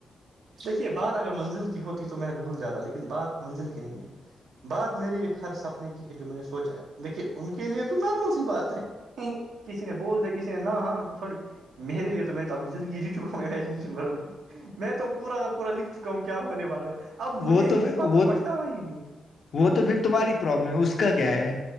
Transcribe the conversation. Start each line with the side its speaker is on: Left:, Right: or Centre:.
Right: دیکھیے بات اگر منزل کی ہوتی تو میں بھول جاتا بات منزل کی نہیں ہے بات میری ہر سپنے کی ہے جو میں نے سوچا ہے دیکھیے ان کے لیے تو نارمل سی بات ہے کسی نے بول د کسی نے نہ ہاں تھوڑ میرے لیے تو میں تو اپنی زندگی جی چوکا ہوں ایجوکیشن ورلڈ میں میں تو پورا کا پورا لکھ چکا ہوں کہ کیا ہونے والا ہے
Left: ہو
Right: اب مجھے
Left: وہ تو پھر
Right: اس بات کا
Left: وہ
Right: پچھتاوا ہی نہیں ہے
Left: وہ تو پھر تمہاری پرابلم ہے اس کا کیا ہے